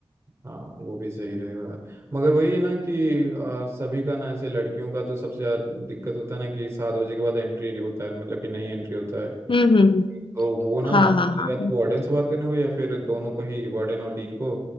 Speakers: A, on the right; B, on the left.
A: हाँ वो भी सही रहेगा मगर वही है ना कि आ, सभी का ना ऐसे लड़कियों का तो सबसे ज्यादा दिक्कत होता है ना कि सात बजे के बाद एंट्री नहीं होता है मतलब कि नहीं एंट्री होता है
B: हम्म हम्म हम्म,
A: तो वो ना
B: हाँ
A: ऐसे
B: हाँ हाँ
A: या तो वार्डन से बात करने को या फिर दोनों को ही वार्डन और डीन को